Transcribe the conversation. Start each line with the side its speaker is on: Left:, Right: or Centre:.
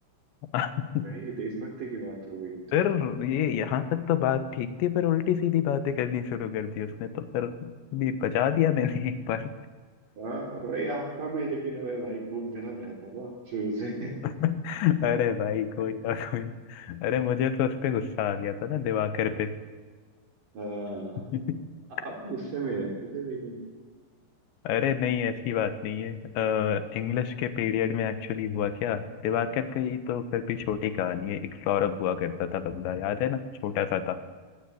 Left: <laughs>
Right: भाई देशभक्त की बात हो गई ये तो
Left: फिर ये यहाँ तक तो बात ठीक थी पर उल्टी सीधी बातें करनी शुरू कर दी उसने तो फिर भी बचा दिया मैंने एक बार
Right: हाँ भाई आपका भी लेकिन अबे भाई खून गर्म रहता था शुरू से
Left: <laughs> अरे भाई कोई
Right: <laughs>
Left: ना कोई ना। अरे मुझे तो उस पे गुस्सा आ गया था ना दिवाकर पे
Right: हाँ
Left: <laughs>
Right: आप गुस्से में रहते थे लेकिन
Left: अरे नहीं ऐसी बात नहीं है इंग्लिश के पीरियड में एक्चुअली हुआ क्या दिवाकर की तो फिर भी छोटी कहानी है एक सौरभ हुआ करता था बंदा याद है ना छोटा सा था